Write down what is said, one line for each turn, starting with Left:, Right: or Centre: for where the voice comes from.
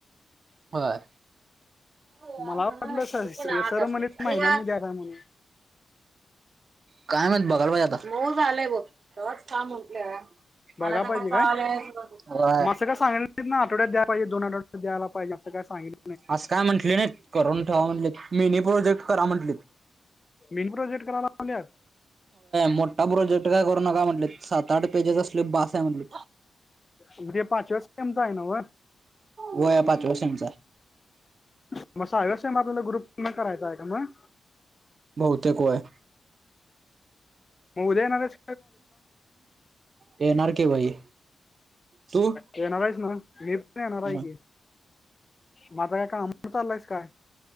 Right: बर. हो ह
Left: मला वाटलं
Right: ना आणि
Left: सर सर
Right: काय.
Left: म्हणे महिन्यात द्यायला म्हणून
Right: काय म्हत बघाला पाहिजे आता मऊ झालंय बवच म्हटलं.
Left: बघा
Right: मला तर
Left: पाहिजे
Right: काय चालय.
Left: मग असं काय सांगितलं ना आठवड्याहिजे दो आठवड्यायला पाहिजे अस काय सांगल
Right: म्हटले नाहीत करून ठेवा म्हटले मीनी प्रोजेक्ट करा म्हटलेत.
Left: मिनी प्रोजेक्ट करव लावल्यात?
Right: मोठा प्रोजेक्ट काय करू नका म्हटले, सात आठ पेजेस असले बास आहे म्हटली.
Left: म्हणजे पाच क्यावेस सेमच आहे नव?
Right: व्ह यपाच व्या शेमचा
Left: म अवसय मग आपल्याला ग्रुप करायचां आहे का मग?
Right: बहुतेक वय.
Left: मग उद्या येणारेस?
Right: येणार की भाई. तू?
Left: येनारायस ना मी. येणार
Right: हम्म
Left: आहे की माझा काय काम चाललंयस काय?